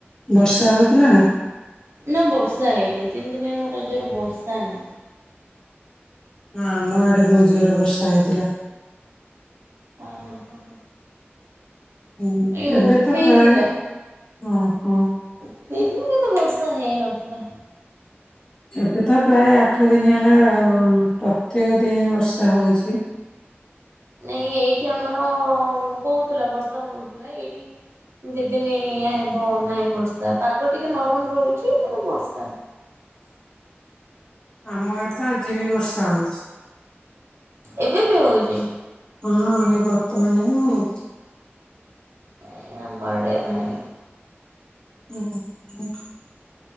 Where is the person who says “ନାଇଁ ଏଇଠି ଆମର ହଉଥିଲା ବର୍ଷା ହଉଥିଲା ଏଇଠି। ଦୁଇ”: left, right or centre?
Right